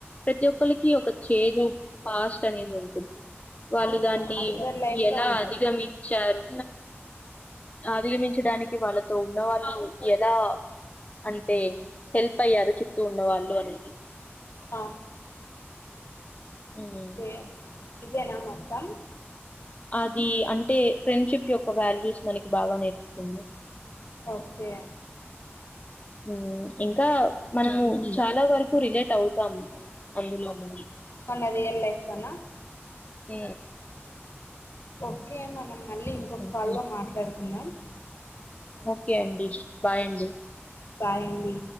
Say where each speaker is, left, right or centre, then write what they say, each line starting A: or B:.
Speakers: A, on the left; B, on the left.
A: ప్రతి ఒక్కలికి ఒక చేజ్ ప్ పాస్ట్ అనేది ఉంటుంది వాళ్ళు
B: అవును
A: దాన్ని
B: అందరి లైఫ్
A: ఎలా
B: లో ఉంటది
A: అధిగమించారు. అధిగమించడానికి వాళ్ళతో ఉన్న వాళ్ళు ఎలా అంటే హెల్ప్ అయ్యారు చుట్టూ ఉన్న వాళ్ళు అనేది
B: ఆ
A: ఉమ్
B: ఓకే ఇదేనా మొత్తం
A: అది అంటే ఫ్రెండ్ షిప్ యొక్క వాల్యూస్ మనకి బాగా నేర్పిస్తుంది.
B: ఓకే
A: ఉ ఇంకా మనం చాలా వరకు రిలేట్ అవుతాం అందులో మన
B: మన రియల్ లైఫ్ లోన
A: ఇ
B: ఓకే మనం మళ్ళీ ఇంకొక
A: కరెక్ట్
B: కాల్లో మాట్లాడుకుందాం
A: ఓకే అండి బాయ్ అండి
B: బాయ్ అండి